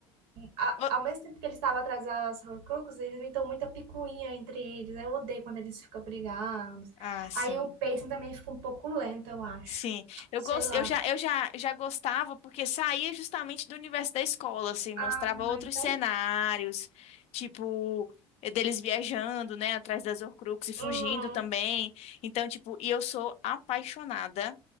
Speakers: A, on the right; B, on the left.
A: a-
B: o-
A: ao mesmo tempo que eles estavam atrás das Horcruxes, eles inventam muita picuinha entre eles. Aí Eu odeio quando eles ficam brigando
B: Ah, sim.
A: Aí o pacing também fica um pouco lento, eu acho.
B: Sim, eu
A: Sei
B: gost...
A: lá.
B: eu já, eu já, já gostava porque saía justamente do universo da escola, assim, mostrava
A: Ah,
B: outros
A: então.
B: cenários, tipo, eh, deles viajando, né, atrás das Horcruxes e
A: Hum,
B: fugindo também. Então, tipo, e eu sou apaixonada